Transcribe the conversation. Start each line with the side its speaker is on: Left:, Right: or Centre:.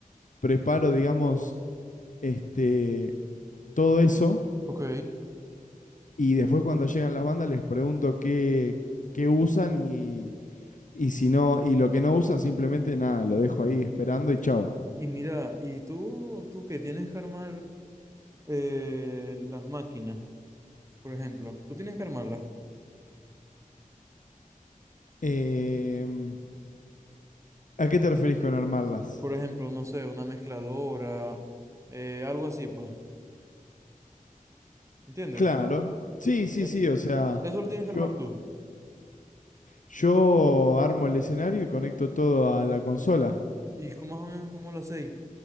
Left: preparo, digamos, este, todo eso
Right: Ok.
Left: y después cuando llegan las bandas les pregunto qué, qué usan y, y si no, y lo que no usan simplemente nada, lo dejo ahí esperando y chau.
Right: Y mira, ¿y tú, tú qué tienes que armar eh, las máquinas, por ejemplo? Tú tienes que armarlas.
Left: Em, ¿a qué te referís con armarlas?
Right: Por ejemplo, no sé, una mezcladora, eh, algo así, pues. ¿Entiendes?
Left: Claro. Sí, sí,
Right: Eh,
Left: sí, o sea,
Right: eso lo tienes
Left: yo,
Right: que armar tú.
Left: yo armo el escenario y conecto todo a la consola.
Right: ¿Y cómo más o menos cómo lo hacéis?